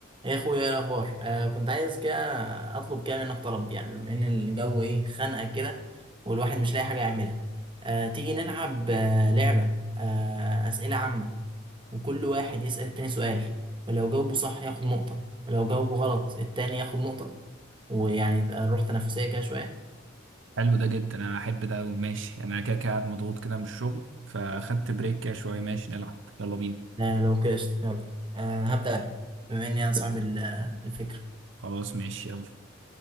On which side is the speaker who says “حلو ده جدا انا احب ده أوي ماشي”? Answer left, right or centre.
Right